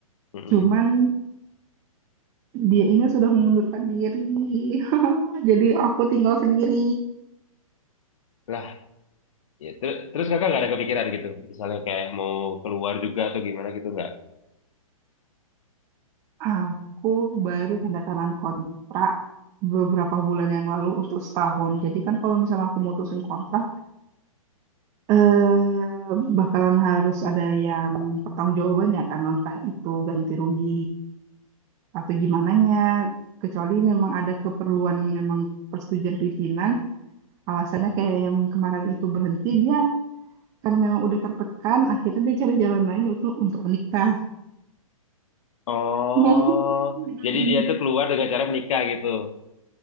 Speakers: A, on the left; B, on the right.
A: Mhm.
B: Cuman dia ini sudah mengundurkan diri. <laughs> Jadi aku tinggal sendiri.
A: Lah Ya, ter- terus kakak nggak ada kepikiran gitu, misalnya kayak mau keluar juga atau gimana gitu nggak?
B: Aku baru tanda tangan kontrak beberapa bulan yang lalu untuk setahun. Jadi kan kalau misalnya aku mutusin kontrak, eh, bakalan harus ada yang pertanggungjawaban ya kan, entah itu ganti rugi atau gimana nya Kecuali memang ada keperluan memang persetujuan pimpinan. Alasannya kayak yang kemarin itu berhenti dia karena memang udah tertekan akhirnya dia cari jalan lain untuk untuk menikah
A: Oh,
B: <laughs> Mm-mm.
A: jadi dia tuh keluar dengan cara menikah gitu.